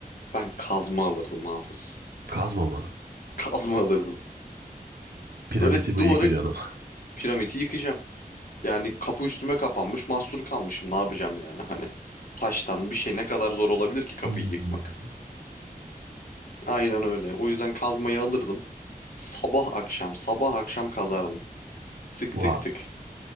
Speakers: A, on the left (about 60°); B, on the right (about 80°).
A: Ben kazma alırdım Hafız.
B: Kazma mı?
A: Kazma alırdım.
B: Piramitimi
A: Böyle duvarı
B: yıkacağım.
A: piramidi yıkacağım. Yani kapı üstüme kapanmış mahsur kalmışım ne yapacağım yani hani. Taştan bir şey ne kadar zor olabilir ki kapıyı
B: Hmm.
A: yıkmak? Aynen öyle. O yüzden kazmayı alırdım. Sabah akşam, sabah akşam kazardım. Tık tık
B: Va
A: tık.